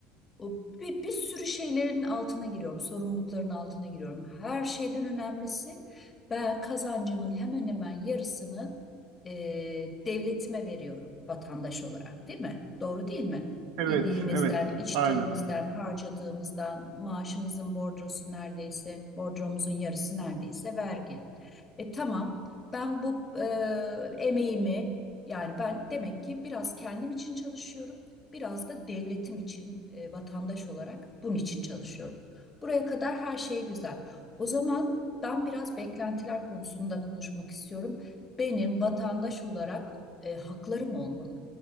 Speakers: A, on the left; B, on the right.
A: o bir, bir sürü şeylerin altına giriyorum, sorumlulukların altına giriyorum. Her şeyden önemlisi ben kazancımın hemen hemen yarısını e, devletime veriyorum vatandaş olarak, değil mi? Doğru değil mi?
B: Evet,
A: Yediğimizden,
B: evet.
A: içtiğimizden,
B: Aynen.
A: harcadığımızdan, maaşımızın bordrosu neredeyse, bordromuzun yarısı neredeyse vergi. E tamam, ben bu e, emeğimi yani ben demek ki biraz kendim için çalışıyorum. Biraz da devletim için e, vatandaş olarak bunun için çalışıyorum. Buraya kadar her şey güzel. O zaman ben biraz beklentiler konusunu da konuşmak istiyorum. Benim vatandaş olarak e, haklarım olmalı.